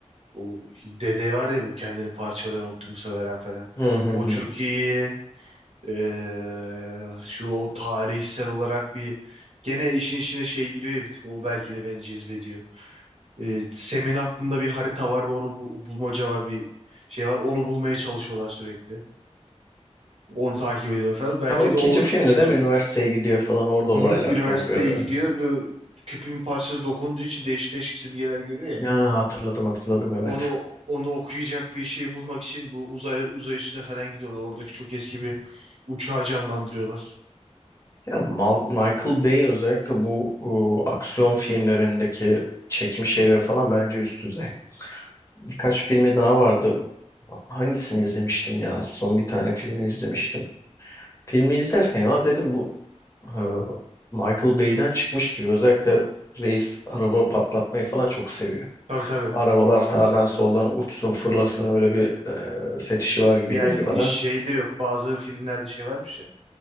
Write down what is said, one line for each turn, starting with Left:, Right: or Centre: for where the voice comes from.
Right: O dede var ya bu kendini parçalayan Optimus'a veren falan.
Left: Hı hı
Right: O
Left: hı.
Right: çok iyi. Ee, şu o tarihsel olarak bir gene işin içine şey giriyor ya bir tık o belki de beni cezbediyor. Ee, Sem'in aklında bir harita var ve onu bul- bulmaca var bir şey var onu bulmaya çalışıyorlar sürekli. Onu takip ediyor falan. Belki
Left: Ama ikinci
Right: de o
Left: filmde
Right: cezbediyor.
Left: de mi üniversiteye gidiyor falan orada olaylar
Right: Hı hı, üniversiteye
Left: kopuyordu.
Right: gidiyor ve küpün parçası dokunduğu için değişik değişik simgeler görüyor
Left: Ya
Right: ya.
Left: hatırladım hatırladım evet.
Right: onu onu okuyacak bir şey bulmak için bu uzay uzay üstüne falan gidiyorlar. Oradaki çok eski bir uçağı canlandırıyorlar.
Left: Ya Mal- Michael Bay özellikle bu ıı, aksiyon filmlerindeki çekim şeyleri falan bence üst düzey. Birkaç filmi daha vardı. Hangisini izlemiştim ya? Son bir tane filmini izlemiştim. Filmi izlerken ya dedim bu e, Michael Bay'den çıkmış gibi. Özellikle reis araba patlatmayı falan çok seviyor.
Right: Tabii tabii.
Left: Arabalar
Right: Onu anladık
Left: sağdan
Right: zaten.
Left: soldan uçsun fırlasın öyle bir e, fetişi var gibi
Right: Ya
Left: geliyor bana.
Right: şey de yok. Bazı filmlerde şey varmış ya.